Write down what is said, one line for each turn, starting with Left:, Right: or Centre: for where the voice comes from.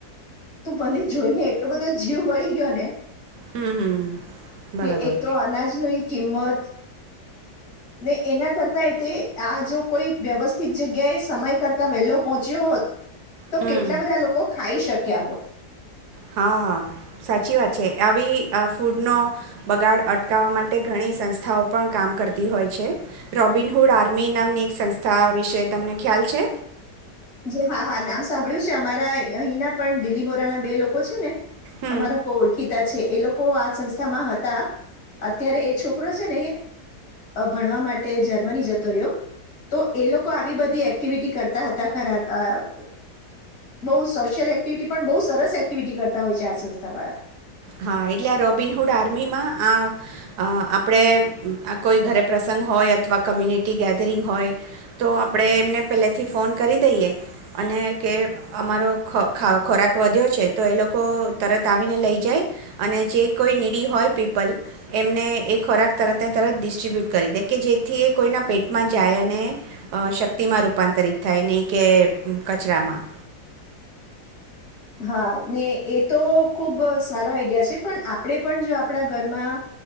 Left: તો બને જોઈને એટલો બધો જીવ બળી ગયો ને
Right: હમ હમ
Left: કે
Right: બરાબર.
Left: એક તો અનાજની કિંમત ને એના કરતા તે આ જો કોઈ વ્યવસ્થિત જગ્યાએ સમય કરતા વહેલો પહોંચ્યો હોત તો
Right: હમ
Left: કેટલા બધા લોકો ખાઈ શક્યા હોત.
Right: હા સાચી વાત છે આવી ફૂડનો બગાડ અટકાવવા માટે ઘણી સંસ્થાઓ પણ કામ કરતી હોય છે રોબિનહૂડ આર્મી નામની એક સંસ્થા વિશે તમને ખ્યાલ છે.
Left: જી હા હા નામ સાંભળ્યું છે અમારા અહીંના પણ દીલી બોરા ના બે લોકો છે ને
Right: હમ
Left: અમારા કોળખી એ લોકો આ સંસ્થામાં હતા અત્યારે એ છોકરો છે ને ભણવા માટે જર્મની જતો રહ્યો તો એ લોકો આવી બધી એક્ટિવિટી કરતા હતા. ખરા બ સોશિયલ એક્ટિવિટી પણ બહ સરસ એક્ટિવિટી કરતા હોય છે આ સંસ્થા વાળા.
Right: હા એટલે આ રોબિનહૂડ આર્મીમાં આ આપણે કોઈ ઘરે પ્રસંગ હોય અથવા કમ્યુનિટી ગેધરિંગ હોય તો આપણે એમને પહેલેથી ફોન કરી દઈએ અને કે અમારો ખોરાક વધ્યો છે તો એ લોકો તરત આવીને લઈ જાય. અને જે કોઈ નીડી હોય પીપલ એમને એ ખોરાક તરતને તરત ડિસ્ટ્રીબ્યુટ કરી દે કે જેથી એ કોઈના પેટમાં જાય અને શક્તિમાં રૂપાંતરિત થાય નહીં કે કચરામાં
Left: હા ને એ તો ખુબ સારો આઈડિયા છે પણ આપણેે પણ જો આપણા ઘરમાં